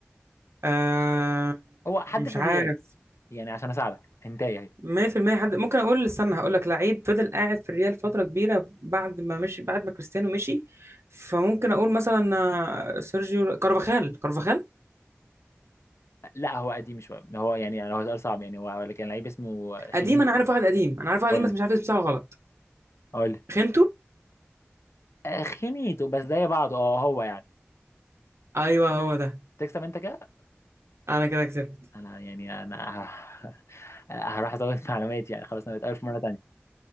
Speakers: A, on the right; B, on the left.
A: آه...
B: هو حد
A: مش
B: في
A: عارف
B: الريال يعني عشان اساعدك هنتاي اهي
A: 100% حد ممكن اقول استنى هقول لك لعيب فضل قاعد في الريال فتره كبيره بعد ما مشي بعد ما كريستيانو مشي فممكن اقول مثلا آه، سيرجيو كارفاخال كارفاخال
B: لا هو قديم شوية هو يعني يعني هو سؤال صعب يعني هو كان لعيب اسمه خينيتو
A: قديم انا عارف واحد قديم انا عارف واحد
B: قول
A: قديم بس
B: لي
A: مش عارف اسمه بتاعه غلط
B: قول لي
A: خنتو
B: آه، خينيتو بس زي بعضه اه هو يعني
A: ايوه هو ده
B: تكسب انت كده
A: انا كده كسبت
B: انا يعني انا <laughs> هروح ازود معلومات يعني خلاص انا بتقابل في مرة تانية